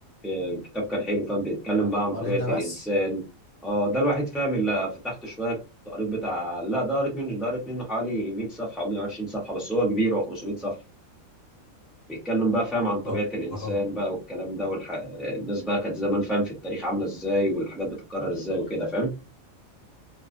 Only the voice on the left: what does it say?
قر-
قريت
ده
بس؟
اه
اه